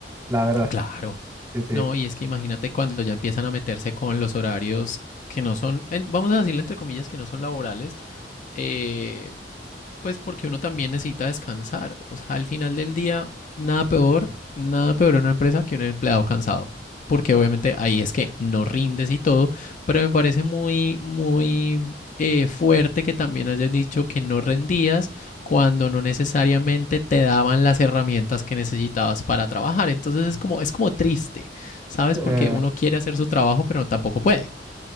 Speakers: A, on the right; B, on the left.
A: la verdad,
B: Claro.
A: sí, sí.
B: No, y es que imagínate cuando ya empiezan a meterse con los horarios que no son, eh, vamos a decirle entre comillas, que no son laborales, eh, pues porque uno también necesita descansar. O sea, al final del día, nada peor, nada peor en una empresa que un empleado cansado. Porque obviamente ahí es que no rindes y todo, pero me parece muy, muy eh, fuerte que también hayas dicho que no rendías cuando no necesariamente te daban las herramientas que necesitabas para trabajar. Entonces es como, es como triste, ¿sabes?
A: Eh,
B: Porque uno quiere hacer su trabajo, pero tampoco puede.